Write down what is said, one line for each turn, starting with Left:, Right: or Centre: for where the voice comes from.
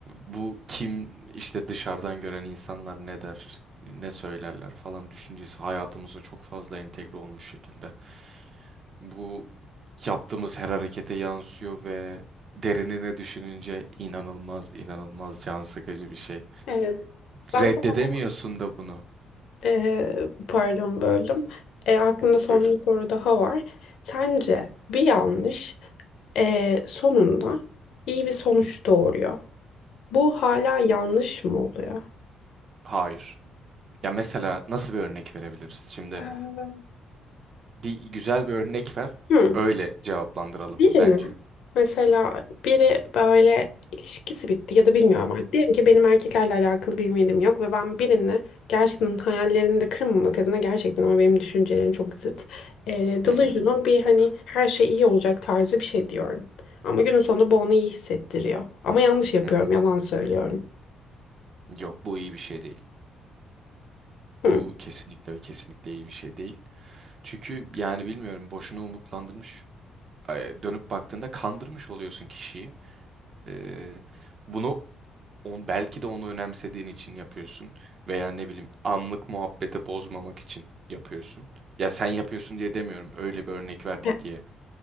Right: bu kim işte dışarıdan gören insanlar ne der, ne söylerler falan düşüncesi hayatımıza çok fazla entegre olmuş şekilde. Bu yaptığımız her harekete yansıyor ve derinine düşününce inanılmaz inanılmaz can sıkıcı bir şey.
Left: Evet. Ben
Right: Reddedemiyorsun
Left: sana o zaman
Right: da bunu.
Left: e, pardon böldüm. E, aklımda son
Right: Buyur.
Left: bir soru daha var. Sence bir yanlış e, sonunda iyi bir sonuç doğuruyor. Bu hala yanlış mı oluyor?
Right: Hayır. Ya mesela nasıl bir örnek verebiliriz? Şimdi
Left: Ee,
Right: bir güzel bir örnek ver.
Left: Hmm.
Right: Öyle cevaplandıralım
Left: Birini
Right: bence.
Left: mesela biri böyle ilişkisi bitti ya da bilmiyorum artık. Diyelim ki benim erkeklerle alakalı bir ümidim yok ve ben birini gerçekten hayallerini de kırmamak adına gerçekten ama benim düşüncelerim çok zıt. E, delusional
Right: Hı hı,
Left: bir hani her şey iyi olacak tarzı bir şey diyorum. Ama günün sonunda bu onu iyi hissettiriyor. Ama yanlış yapıyorum,
Right: hı hı.
Left: yalan söylüyorum.
Right: Yok bu iyi bir şey değil.
Left: Hmm.
Right: Bu kesinlikle ve kesinlikle iyi bir şey değil. Çünkü yani bilmiyorum boşuna umutlandırmış. e, Dönüp baktığında kandırmış oluyorsun kişiyi. E, bunu on, belki de onu önemsediğin için yapıyorsun. Veya ne bileyim anlık muhabbete bozmamak için yapıyorsun. Ya sen yapıyorsun diye demiyorum. Öyle bir örnek verdik
Left: E,
Right: diye